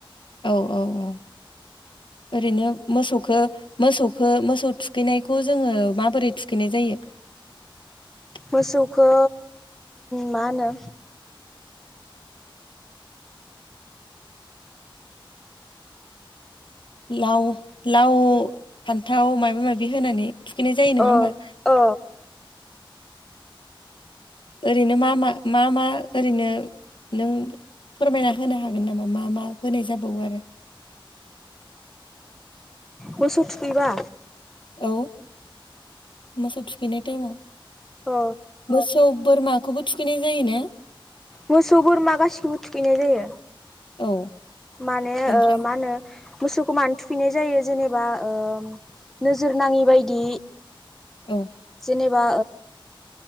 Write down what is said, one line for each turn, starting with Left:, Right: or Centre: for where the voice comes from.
Left: औ औ औ ओरैनो मोसौ। खौ मोसौखौ मोसौ थुखैनायखौ जोङो माबोरै थुखैनाय जायो। <inaudible>
Centre: मोसौखौ मा होनो।
Left: लाव लाव फान्थाव माबा माबि होनानै। थुखैनाय जायो नङा
Centre: अ
Left: होमबा।
Centre: अ
Left: ओरैनो मा मा मा मा ओरैनो नों फोरमायना होनो हागोन नामा मा मा होनाय जाबावो आरो।
Centre: मोसौ थुखैबा
Left: औ मोसौ थुखैनाय टाइमाव
Centre: अ
Left: मोसौ बोरमाखौबो थुखैनाय जायोना।
Centre: मोसौ बोरमा गासिबो थुखैनाय जायो।
Left: औ
Centre: माने
Left: ओमफ्राय
Centre: ओ मा होनो। मोसौखौ मानो थुखैनाय जायो जेनेबा ओ नोजोर नाङि बायदि।
Left: औ
Centre: जेनेबा